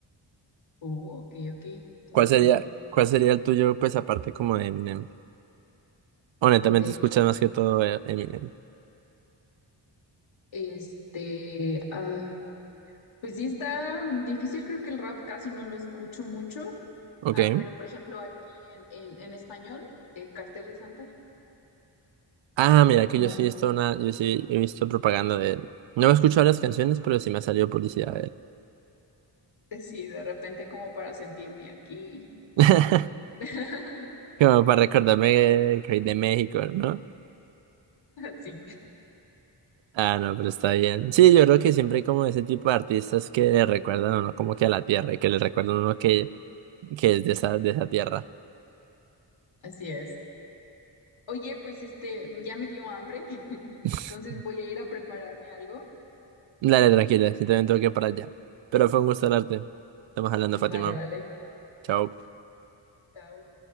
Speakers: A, on the left; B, on the right.
A: Oh, ok, ok. Entonces
B: ¿Cuál sería,
A: sí.
B: cuál sería el tuyo, pues aparte como de Eminem? Honestamente,
A: De
B: escuchas más que todo eh, Eminem.
A: este. ah, Pues sí está difícil, creo que el rap casi no lo escucho mucho,
B: Ok.
A: ah, pero por ejemplo aquí en, en, en español, eh, Cartel de Santa,
B: Ah, mira, que
A: no.
B: yo sí
A: <laughs>
B: he visto una, yo sí he visto propaganda de él. No he escuchado las canciones, pero sí me ha salido publicidad. de él.
A: eh, Sí, de repente como para sentirme aquí.
B: <laughs>
A: <laughs>
B: Como para recordarme que que soy de México, ¿no?
A: Sí,
B: Ah, no, pero está bien. Sí, yo creo que siempre hay como ese tipo de artistas que le recuerdan a uno como que a la tierra y que le recuerdan a uno que, que es de esa, de esa tierra.
A: así es. Oye, pues este, ya me dio hambre, <laughs>
B: <laughs>
A: entonces voy a ir a prepararme algo.
B: Dale, tranquila, yo también tengo que ir para allá. Pero fue un gusto hablarte. Estamos hablando,
A: Vale,
B: Fátima.
A: vale.
B: Chao.
A: Chao.